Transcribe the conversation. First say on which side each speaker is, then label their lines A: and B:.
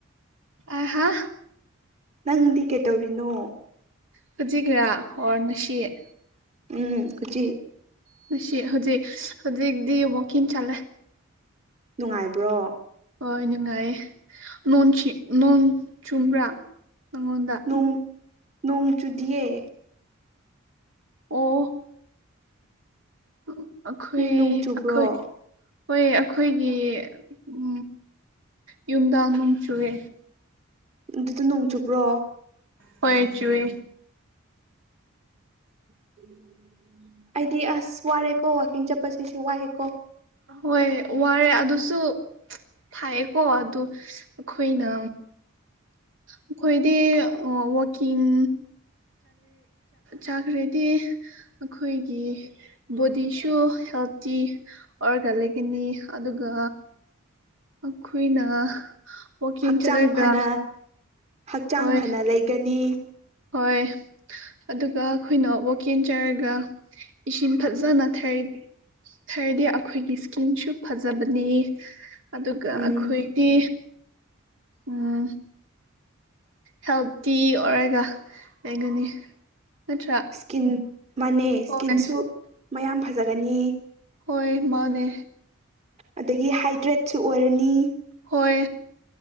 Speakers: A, on the right (about 60°); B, on the right (about 30°).
A: ꯑꯍꯥ
B: ꯅꯪꯗꯤ ꯀꯩꯗꯧꯔꯤꯅꯣ
A: ꯍꯧꯖꯤꯒꯔꯥ ꯑꯣꯔ ꯁꯤꯠ
B: ꯎꯝ ꯈꯨꯆꯤ
A: ꯉꯁꯤ ꯍꯧꯖꯤꯛ ꯍꯧꯖꯤꯛꯇꯤ ꯨꯀꯤꯡ ꯆꯠꯂꯦ
B: ꯅꯨꯡꯉꯥꯏꯕ꯭ꯔꯣ
A: ꯍꯣꯏ ꯅꯨꯡꯉꯥꯏꯌꯦ ꯅ ꯅꯣꯡ ꯆꯨꯝꯕ꯭ꯔꯥ ꯅꯪꯉꯣꯟꯗ
B: ꯣꯡ ꯅꯣꯡ ꯆꯨꯗꯤꯌꯦꯦ
A: ꯑꯣ ꯎ ꯑꯈꯣꯏ
B: ꯅꯣꯏ ꯅꯣꯡ ꯆꯨꯕ꯭ꯔꯣ
A: ꯑꯈꯣꯏ ꯍꯣꯏ ꯑꯩꯈꯣꯏꯒꯤ ꯎ ꯌꯨꯝꯗ ꯑꯃ ꯅꯣꯡ ꯆꯨꯋꯦ
B: ꯑꯗꯨꯗ ꯅꯣꯡ ꯆꯨꯕ꯭ꯔꯣ
A: ꯍꯣꯏ ꯆꯨꯋꯦ ꯎꯝ <inaudible>
B: ꯑꯩꯗꯤ ꯑꯁ ꯋꯥꯔꯦꯀꯣ ꯋꯥꯛꯀꯤꯡ ꯆꯠꯄꯁꯤꯁꯨ ꯋꯥꯑꯦꯀꯣ
A: ꯍꯣꯏ ꯋꯥꯔꯦ ꯑꯗꯨꯁꯨ ꯐꯥꯏꯌꯦꯀꯣ ꯑꯗꯨ ꯑꯩꯈꯣꯏꯅ ꯑꯩꯈꯣꯏꯗꯤ ꯋꯥꯛꯀꯤꯡ ꯆꯥꯈ꯭ꯔꯗꯤ ꯑꯩꯈꯣꯏꯒꯤ ꯕꯣꯗꯤꯁꯨ ꯍꯦꯜꯇꯤ ꯑꯣꯔꯒ ꯂꯩꯒꯅꯤ ꯑꯗꯨꯒ ꯑꯩꯈꯣꯏꯅ ꯋꯥꯛꯀꯤꯡ
B: ꯍꯛꯆꯥꯡ
A: ꯆꯠꯂꯒ
B: ꯐꯅ ꯍꯛꯆꯥꯡ
A: ꯍꯣꯏ
B: ꯐꯅ ꯂꯩꯒꯅꯤ
A: ꯍꯣꯏ ꯑꯗꯨꯒ ꯑꯩꯈꯣꯏꯅ ꯋꯥꯛꯀꯤꯡ ꯆꯠꯔꯒ ꯏꯁꯤꯡ ꯐꯖꯅ ꯊꯥꯛ ꯍꯥꯏꯗꯤ ꯑꯩꯈꯣꯏꯒꯤ ꯏꯁꯀꯤꯟꯁꯨ ꯐꯖꯕꯅꯤ ꯑꯗꯨꯒ
B: ꯎꯝ
A: ꯑꯩꯈꯣꯏꯗꯤ ꯎꯝ ꯍꯦꯜꯇꯤ ꯑꯣꯏꯔꯒ ꯂꯩꯒꯅꯤ ꯅꯠꯇ꯭ꯔꯥ
B: ꯁꯀꯤꯟ ꯃꯥꯟꯅꯩ
A: ꯍꯣꯏ
B: ꯁ꯭ꯀꯤꯟꯁꯨ ꯃꯌꯥꯝ ꯐꯖꯒꯅꯤ
A: ꯍꯣꯏ ꯃꯥꯅꯦ
B: ꯑꯗꯒꯤ ꯍꯥꯏꯗ꯭ꯔꯦꯠꯁꯨ ꯑꯣꯏꯔꯅꯤ
A: ꯍꯣꯏ